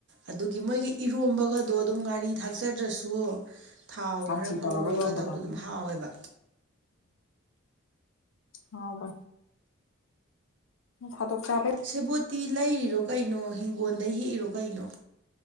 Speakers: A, on the right (about 55°); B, on the left (about 70°).
A: ꯑꯗꯨꯒꯤ ꯃꯣꯏꯒꯤ ꯏꯔꯣꯝꯕꯒꯗꯣ ꯑꯗꯨꯝ ꯉꯥꯔꯤ ꯊꯥꯛꯆꯗ꯭ꯔꯁꯨ ꯊꯥꯎ
B: ꯁꯥꯟꯇꯤ
A: ꯈꯔ ꯉꯧꯔꯒ
B: ꯇꯧꯔꯒ ꯂꯣꯟꯕꯗꯣ
A: ꯇꯧꯗꯣ ꯑꯗꯨꯝ ꯍꯥꯎꯋꯦꯕ
B: ꯑꯥꯎꯁ ꯐꯠꯇꯣꯛ ꯆ꯭ꯔꯥ
A: ꯁꯦꯕꯣꯠꯇꯤ ꯂꯩꯔꯤꯔꯣ ꯀꯩꯅꯣ ꯍꯤꯡꯒꯣꯜꯗ ꯍꯦꯛꯏꯔꯣ ꯀꯩꯅꯣ